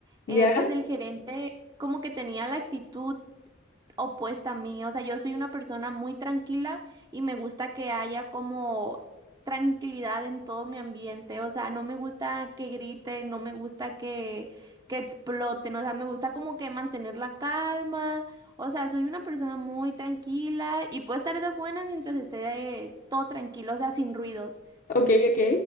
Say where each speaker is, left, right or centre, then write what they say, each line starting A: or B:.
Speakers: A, on the left (about 45°); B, on the right (about 20°).
A: ¿Ya?
B: eh, pues el gerente como que tenía la actitud opuesta a mí. O sea, yo soy una persona muy tranquila y me gusta que haya como tranquilidad en todo mi ambiente. O sea, no me gusta que grite, no me gusta que, que exploten. O sea, me gusta como que mantener la calma. O sea, soy una persona muy tranquila y puedo estar de buenas mientras esté eh, todo tranquilo, o sea, sin ruidos.
A: Ok, ok.